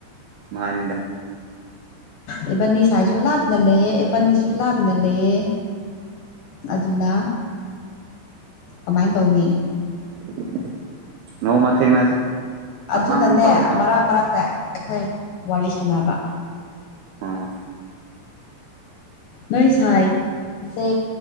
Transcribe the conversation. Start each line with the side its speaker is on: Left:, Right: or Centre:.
Right: ꯃꯥꯅꯤꯗ
Left: ꯑꯦꯕꯅꯤ ꯁꯥꯏꯁꯨ ꯂꯥꯞ ꯅ ꯂꯩꯌꯦ ꯑꯦꯕꯥꯟꯅꯤꯁꯨ ꯂꯥꯞꯅ ꯂꯩꯌꯦ ꯑꯗꯨꯅ ꯀꯃꯥꯏ ꯇꯧꯅꯤ
Right: <unintelligible> ꯅꯣꯡꯃ ꯊꯦꯡꯅꯁꯦ
Left: ꯑꯗꯨꯅꯅꯦ
Right: ꯃꯐꯝ ꯐꯕ
Left: ꯃꯔꯛ ꯃꯔꯛꯇ ꯑꯩꯈꯣꯏ ꯋꯥꯔꯤ ꯁꯥꯟꯅꯕ
Right: ꯑꯥ
Left: ꯅꯣꯏ ꯁꯥꯏ ꯁꯦ